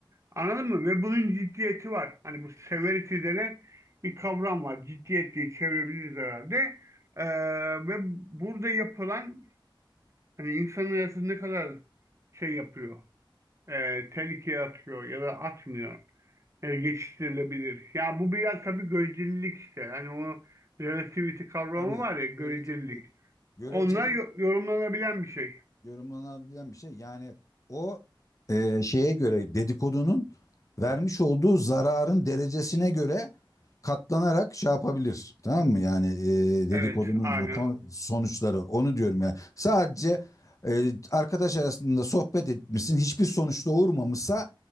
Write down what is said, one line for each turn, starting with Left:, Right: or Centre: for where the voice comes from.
Right: Anladın mı? Ve bunun ciddiyeti var. Hani bu severity denen bir kavram var. Ciddiyet diye çevirebiliriz herhalde. E, ve burada yapılan hani insanın hayatını ne kadar şey yapıyor, e, tehlikeye atıyor ya da atmıyor e, geçiştirilebilir. Ya bu biraz tabii görecelilik işte. Hani o relativity kavramı
Left: Tabii.
Right: var ya görecelilik.
Left: Görecelilik. Görecelilik.
Right: Onlar yo- yorumlanabilen bir şey.
Left: yorumlanabilen bir şey. Yani o e, şeye göre dedikodunun vermiş olduğu zararın derecesine göre katlanarak şey yapabilir. Tamam mı? Yani e, dedikodunun
Right: Evet, aynen.
Left: kon- sonuçları onu diyorum yani. Sadece e, arkadaş arasında sohbet etmişsin hiçbir sonuçta doğurmamışsa